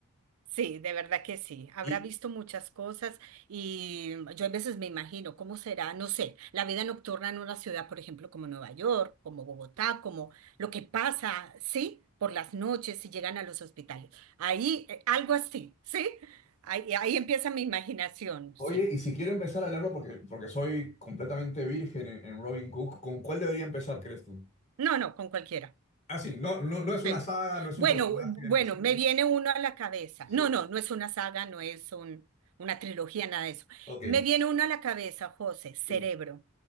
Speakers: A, on the right; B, on the left.
A: Sí, de verdad que sí. Habrá
B: Y,
A: visto muchas cosas y yo a veces me imagino cómo será, no sé, la vida nocturna en una ciudad, por ejemplo, como Nueva York, como Bogotá, como lo que pasa, ¿sí? Por las noches si llegan a los hospitales. Ahí, eh, algo así, ¿sí? Ahí, ahí empieza mi imaginación,
B: Oye,
A: sí.
B: y si quiero empezar a leerlo porque, porque soy completamente virgen en, en Robin Cook, ¿con cuál debería empezar, crees tú?
A: No, no, con cualquiera.
B: Ah, sí, no, no, no es una
A: Sí.
B: saga, no es
A: Bueno,
B: un personaje.
A: bueno,
B: del que Sí,
A: me viene uno a la cabeza.
B: sí.
A: No, no, no es una saga, no es un, una trilogía, nada de eso.
B: Ok,
A: Me viene uno a la cabeza, José, Cerebro.
B: sí.